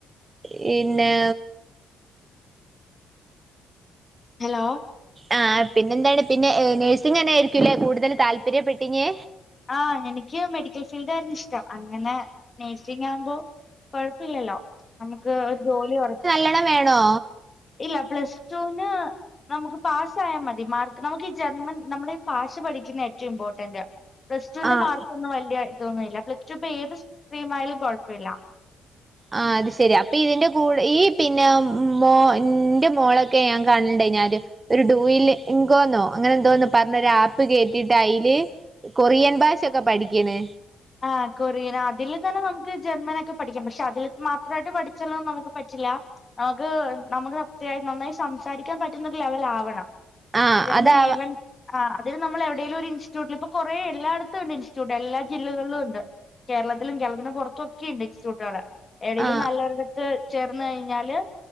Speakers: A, on the right; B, on the left.
A: പിന്നെ
B: ഹലോ
A: ആഹ് പിന്നെന്താണ് പിന്നെ നഴ്സിംഗന്നെ ആയിരിക്കുംല്ലേ കൂടുതൽ താല്പര്യപ്പെട്ടിനെ
B: ആഹ് എനിക്ക് മെഡിക്കൽ ഫീൽഡ് ആയിരുന്നു ഇഷ്ടം അങ്ങനെ നേഴ്സിംഗവുമ്പോ കൊഴപ്പില്ലല്ലോ നമുക്ക് ഒരു ജോലി ഒറ
A: ണ വേണോ
B: ഇല്ല പ്ലസ് ടൂന് നമുക്ക് പാസ്സായാൽ മതി മാർക്ക് നമുക്ക് ഈ ജർമ്മൻ നമ്മുടെ ഈ ഭാഷ പഠിക്കുന്ന ഏറ്റവും ഇമ്പോർട്ടൻ്റ് പ്ലസ് ടുവിന്റെ
A: ആഹ്
B: മാർക്കൊന്നും വലിയ ഇതൊന്നുമല്ല പ്ലസ് ടു ഇപ്പൊ ഏത് സ്ട്രീമായാലും കുഴപ്പമില്ല
A: ആഹ് അത് ശെരി അപ്പൊ ഇതിന്റെ കൂടെ ഈ പിന്നെ മോ ന്റെ മോളൊക്കെ ഞാൻ കാണണണ്ട് ഞാന് ആദ്യം ഒരു ഡൂൽ ഇൻകോന്നൊ അങ്ങനെ എന്തോന്നോ പറഞ്ഞൊര ആപ്പ് കേട്ടിട്ട് അയില് കൊറിയൻ ഭാഷൊക്കെ പഠിക്കണ്
B: ആ കൊറിയൻ അതിൽ തന്നെ നമുക്ക് ജർമ്മനക്കെ പഠിക്കാം പക്ഷെ അതിൽ മാത്രമായിട്ട് പഠിച്ചാലന്നും നമുക്ക് പറ്റില്ല നമുക്ക് നമുക്ക് അത്യാവ നന്നായി സംസാരിക്കാൻ പറ്റുന്ന ഒരു ലെവൽ ആവണം
A: ആഹ്
B: ജർമ്മന
A: അതാവ
B: എവൺ ആഹ് അത് നമ്മ എവിടേലും ഇസ്റ്റ്യൂട്ടിൽ ഇപ്പ കൊറ എല്ലായിടത്തുംണ്ട് ഇൻസ്‌റ്റ്യൂട്ടിൽ എല്ല ജില്ലകളിലും ഉണ്ട് കേരളത്തിലും കേരളത്തിന് പുറത്തും ഒക്കെ ഉണ്ട് ഇൻസ്റ്റിറ്റ്യൂട്ട് കള് എടലും
A: ആഹ്
B: നല്ലരിട ത്ത് ചേർന്ന് കഴിഞ്ഞാല്